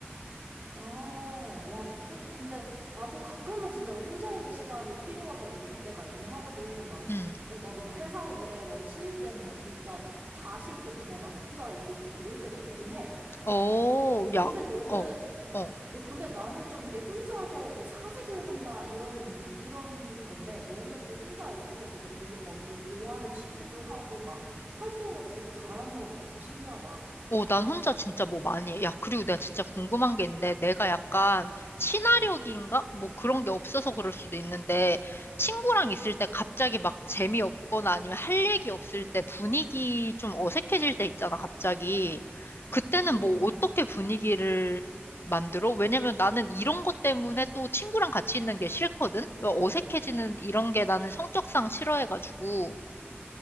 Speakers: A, on the right; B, on the left.
A: 아, 야, 그것도 근데 나도 가끔은 진짜 막 혼자 있는 시간이 필요하다 느낄 때가 있긴 하거든. 막,
B: 음.
A: 어, 나도 막 회사 일에 뭐 치일 때는 진짜 다 싫고 그냥 나 혼자 있고 싶고 이럴 때가 있긴 해.
B: 어,
A: 어,
B: 야,
A: 근데 너는
B: 어, 어.
A: 어, 근데 나는 좀 이렇게 혼자서 뭐 사색을 한다 이런 의미, 이런 건데 너는 좀 혼자 있을 때도 뭐 되게 막 너 좋아하는 취미도 하고 막 활동을 되게 잘하는 것 같아서 신기하다.
B: 어, 난 혼자 진짜 뭐 많이 해. 야, 그리고 내가 진짜 궁금한 게 있는데, 내가 약간 친화력인가? 뭐 그런 게 없어서 그럴 수도 있는데, 친구랑 있을 때 갑자기 막 재미없거나 아니면 할 얘기 없을 때 분위기 좀 어색해질 때 있잖아, 갑자기. 그때는
A: 응, 응.
B: 뭐 어떻게 분위기를 만들어? 왜냐면 나는 이런 것 때문에 또 친구랑 같이 있는 게 싫거든? 어, 어색해지는 이런 게 나는 성격상 싫어해가지고.